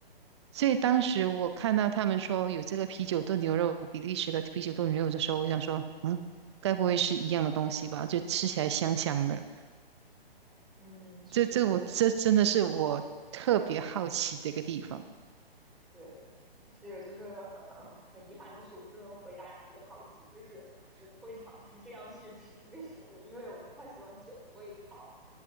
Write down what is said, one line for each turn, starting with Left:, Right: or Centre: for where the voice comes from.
Right: 所以当时我看到他们说有这个啤酒炖牛肉，比利时的啤酒炖牛肉的时候，我想说，嗯，该不会是一样的东西吧？就吃起来香香的。
Centre: 嗯是。
Right: 这这我这真的是我特别好奇的一个地方。
Centre: 对，但是就是很很很遗憾，就是我不能回答你这个好奇，就是我不会尝试这样去吃一个食物，因为我不太喜欢酒的味道。